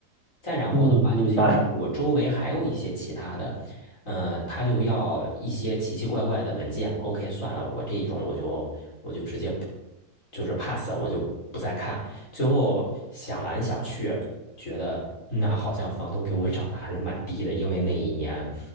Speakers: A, on the left; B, on the right.
A: 再然后的话，
B: 嗯，明白，
A: 就像是我周围还有一些其他的，嗯，他就要一些奇奇怪怪的文件。OK，算了，我这一种我就我就直接不就是 pass，我就不再看。最后想完想去，觉得那好像房东给我涨的还是蛮低的，因为那一年